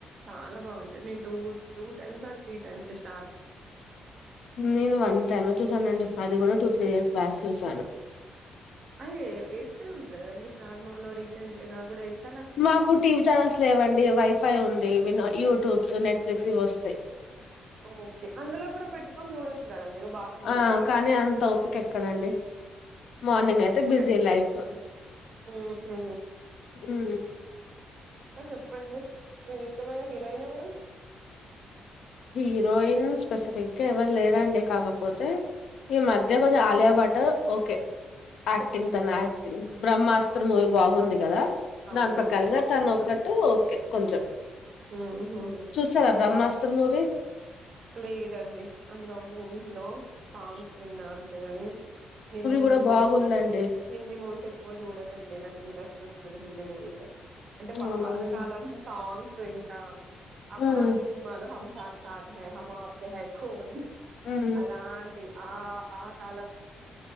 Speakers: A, on the right; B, on the left.
A: చాలా బాగుంటది నేను two two times or three times ఇష్
B: నేను వన్ టైమే చూసానండి అది కూడా టూ త్రీ ఇయర్స్ బ్యాక్ చూసాను
A: అయయో వేస్తూనే ఉంటడు కదండి స్టార్ మాలో రీసెంట్ గా కూడా ఎస్
B: మాకు టీవీ ఛానల్స్ లేవండి వైఫై ఉంది వినో యూట్యూబ్ సో నెట్ఫ్లిక్స్ ఇవి వస్తయ్
A: ఓకే అందులో కూడా పెట్టుకొని చూడొచ్చు కదా మీరు బాక్ మూవీ
B: ఆ
A: అని
B: కానీ అంత ఓపిక ఎక్కడండి మార్నింగ్
A: ఓకే
B: అయితే
A: ఓకే
B: బిజీ లైఫ్
A: ఊహు
B: హ్మ్
A: ఇంకా చెప్పండి మీ ఇష్టమైన హీరోయిన్ ఎవరు
B: హీరోయిన్స్ స్పెసిఫిక్ గా ఎవరు లేరండి కాకపోతే ఈ మధ్య కొంచెం ఆలయబటు ఓకే ఆక్టింగ్
A: ఓహో!
B: తన ఆక్టింగ్ బ్రహ్మాస్త్ర మూవి బాగుంది కదా
A: అవునవును.
B: దాని ప్రకారంగా
A: బావుంటారు.
B: తను ఒక్కట్టు ఓకే కొంచెం
A: హుహు.
B: చూసార బ్రహ్మాస్త్ర మూవీ
A: లేదండి అందులో మూవీస్ లో సాంగ్స్ విన్నాను అంతేగాని నేను హిందీ
B: కూడా
A: మూవీ
B: బాగుందండి
A: హిందీ మూవీస్ ఎక్కువ చూడనండి నాకు ఇంట్రెస్ట్ ఉ అది హిందీ మూవిసె అంటే పాతకాలం
B: అవునా అండి
A: సాంగ్ సొ ఇంటా ఆ
B: ఉమ్
A: పాత సినిమాలో హం సాత్ సాత్ హె హం ఆప్ కె హె కొన్
B: ఉమ్
A: అలాన్ తె ఆ ఆ